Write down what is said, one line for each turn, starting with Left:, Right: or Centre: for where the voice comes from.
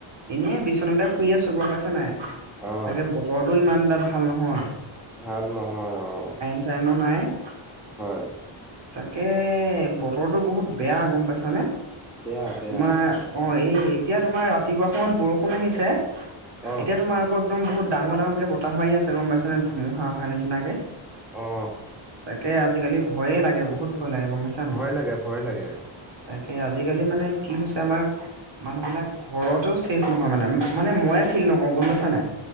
Right: এনেই বিচনাতে শুই আছো। গম পাইছা নাই?
Centre: অ
Right: তাকে ব- তৰটো, ইমান এটা ভাল নহয়।
Centre: ভাল নহয়, অঁ।
Right: কাৰেনো, নাই।
Centre: হয়।
Right: তাকে, বতৰটো বহুত বেয়া গম পাইছানে?
Centre: বেয়া বেয়া
Right: তোমাৰ- অঁ', এই এতিয়া তোমাৰ ৰাতিপুৱা সময়ত বৰষুণ আহিছে,
Centre: অ
Right: এতিয়া তোমাৰ আকৌ- একদম বহুত ডাঙৰ ডাঙৰকে বতাহ মাৰি আছে। গম পাইছে নে? ধুমুহা অহা নিচিনাকে।
Centre: অ
Right: তাকে আজিকালি ভয়ে লাগে বহুত ভয় লাগে। গম পাইছা
Centre: ভয়
Right: নাই?
Centre: লাগে ভয় লাগে
Right: তাকে, আজিকালি মানে কি হৈছে আমাৰ মানুহবিলাক- ঘৰতো ছেফ নহয় মানে মানে ময়ে ফিল নকৰোঁ। গম পাইছা নাই?